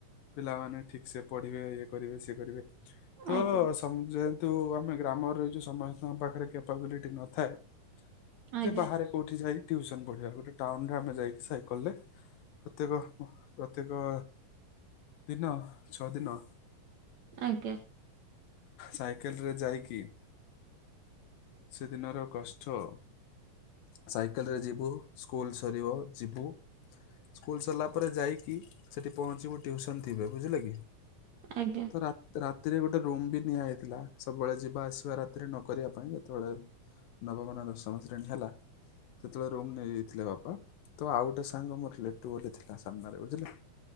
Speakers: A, on the left (about 85°); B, on the right (about 55°).
A: ପିଲାମାନେ ଠିକ ସେ ପଢିବେ ଇଏ କରିବେ ସିଏ କରିବେ ତ
B: ଆଜ୍ଞା
A: ଯେହେତୁ ଆମେ ଗ୍ରାମ ରହିଛୁ ସମସ୍ତଙ୍କ ପାଖରେ କ୍ୟାପାବିଲିଟି ନଥାଏ।
B: ଆଜ୍ଞା
A: ଯେ ବାହାରେ କୋଉଠି ଯାଇ ଟ୍ୟୁସନ ପଢିବା ଗୋଟେ ଟାଉନରେ ଆମେ ଯାଇକି ସାଇକେଲ ରେ ପ୍ରତ୍ୟେକ ପ୍ରତ୍ୟେକ ଦିନ ଛଅ ଦିନ
B: ଆଜ୍ଞା।
A: ସାଇକେଲରେ ଯାଇକି ସେଦିନର କଷ୍ଟ ସାଇକେଲ ରେ ଯିବୁ ସ୍କୁଲ ସରିବ ଯିବୁ। ସ୍କୁଲ ସରିଲା ପରେ ଯାଇକି ସେଠି ପହଞ୍ଚିବୁ ଟିୁସନ ଥିବେ ବୁଝିଲେ କି?
B: ଆଜ୍ଞା।
A: ତ ରାତିରେ ଗୋଟେ ରୁମ୍ ବି ନିଆଯାଇଥିଲା ସବୁବେଳେ ଯିବା ଆସିବା ରାତିରେ ନ କରିବା ପାଇଁ ଯେତେବେଳେ ନବମନା ଦଶମ ଶ୍ରେଣୀ ହେଲା ସେତେବେଳେ ରୁମ୍ ନେଇଯାଇଥିଲେ ବାପା ତ ଆଉ ଗୋଟେ ସାଙ୍ଗ ମୋ ଲିଟୁଭ ବୋଲି ଥିଲା ସାମ୍ନାରେ ବୁଝିଲେ।